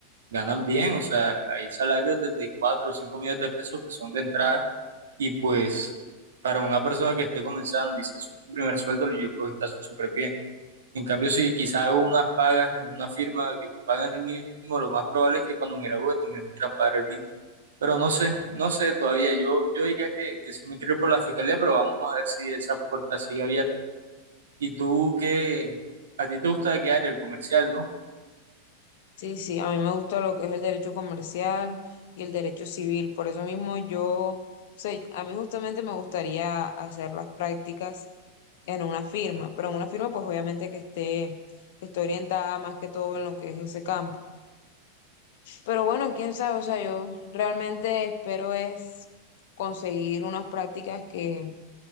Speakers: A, on the right (about 65°); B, on the left (about 50°).
A: ganan bien, o sea, hay salarios desde 4 o 5 millones de pesos que son de entrada Y pues para una persona que esté comenzando y sea su primer sueldo, yo creo que está súper bien. En cambio, si quizá hago unas pagas en una firma que me paguen el mínimo, lo más probable es que cuando me gradúe también me quieran pagar el mínimo. Pero no sé, no sé todavía. Yo, yo diría que, que si me quiero ir por la fiscalía, pero vamos a ver si esa puerta sigue abierta. ¿Y tú qué? ¿A ti te gusta qué área? El comercial, ¿no?
B: Sí, sí, a mí me gusta lo que es el derecho comercial y el derecho civil. Por eso mismo yo, o sea, a mí justamente me gustaría hacer las prácticas en una firma, pero en una firma pues obviamente que esté, que esté orientada más que todo en lo que es ese campo. Pero bueno, quién sabe, o sea, yo realmente espero es conseguir unas prácticas que